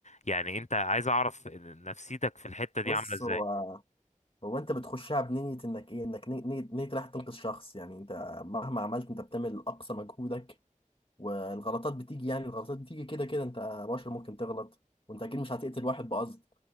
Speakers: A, on the left; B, on the left.
A: يعني انت عايز اعرف نفسيتك في الحتة دي
B: بص
A: عاملة ازاي
B: هو هو انت بتخشها بنية انك ايه انك ني- نية نية رايح تنقذ شخص يعني انت مهما عملت انت بتعمل اقصى مجهودك والغلطات بتيجي يعني الغلطات بتيجي كده كده انت بشر ممكن تغلط وانت اكيد مش هتقتل واحد بقصد